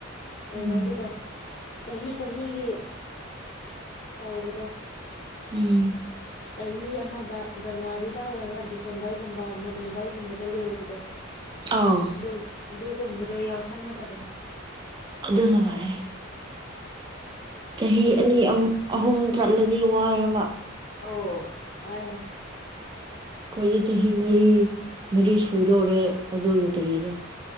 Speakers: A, on the left; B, on the right.
A: ꯀꯩꯅꯣꯒꯤꯗꯣ
B: ꯎꯝ
A: ꯆꯍꯤ ꯆꯍꯤꯒꯤ ꯇꯧꯕꯗꯣ
B: ꯎꯝ
A: ꯆꯍꯤ ꯑꯃꯗ ꯖꯅꯋꯥꯔꯤꯗ ꯍꯧꯔꯒ ꯗꯤꯁꯦꯝꯕꯔꯒꯨꯝꯕ ꯦꯝꯕꯥꯔꯒꯨꯝꯕꯗꯜ ꯂꯩ ꯑꯣꯏꯕꯤꯗꯣ
B: ꯑꯥꯎ
A: ꯑꯗꯨ ꯑꯗꯨꯒꯨꯝꯕꯗꯣ ꯌꯥꯎꯁꯟꯒꯗꯕꯅꯦ
B: ꯑꯗꯨꯅꯕꯔꯦ ꯆꯍꯤ
A: ꯑꯗꯨ
B: ꯑꯅꯤ ꯑꯍꯨꯝ ꯆꯠꯂꯗꯤ ꯋꯥꯔꯕ
A: ꯑꯧ ꯍꯥꯏ
B: ꯑꯩꯈꯣꯏꯗꯤ ꯆꯍꯤ ꯃꯔꯤ ꯃꯔꯤ ꯁꯨꯗꯧꯔꯦ ꯑꯗꯨ ꯂꯨꯇꯔꯤꯦꯗ